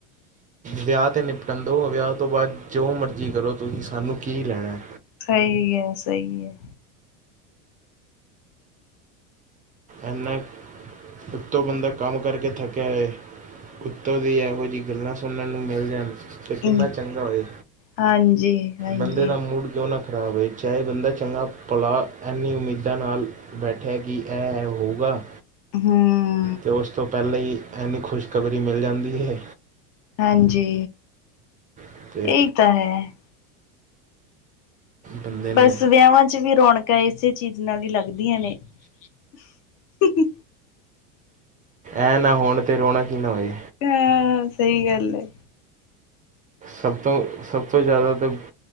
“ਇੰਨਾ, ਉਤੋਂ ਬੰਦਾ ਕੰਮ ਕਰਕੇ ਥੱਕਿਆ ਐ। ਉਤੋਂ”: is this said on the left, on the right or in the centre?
Right